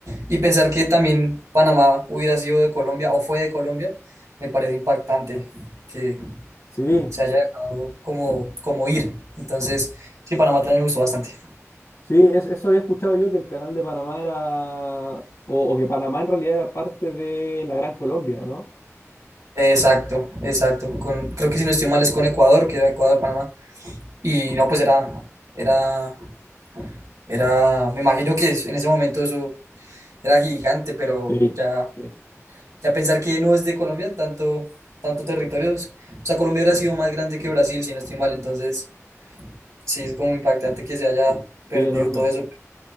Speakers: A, on the right; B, on the left.
A: Y pensar que también Panamá hubiera sido de Colombia o fue de Colombia, me parece impactante que
B: Sí.
A: se haya dejado como, como ir. Entonces, sí, Panamá también me gustó bastante.
B: Sí, es- eso había escuchado yo que el canal de Panamá era, o, o que Panamá en realidad era parte de la Gran Colombia, ¿o ¿no?
A: Exacto, exacto. Con, creo que si no estoy mal es con Ecuador, que era Ecuador-Panamá. Y no, pues era, era, era, me imagino que es- en ese momento eso era gigante, pero
B: Sí.
A: ya,
B: Sí,
A: ya pensar que no es de Colombia, tanto, tanto territorio, es- o sea, Colombia hubiera sido más grande que Brasil, si no estoy mal, entonces sí es como impactante que se haya
B: sí,
A: perdido
B: enorme.
A: todo eso.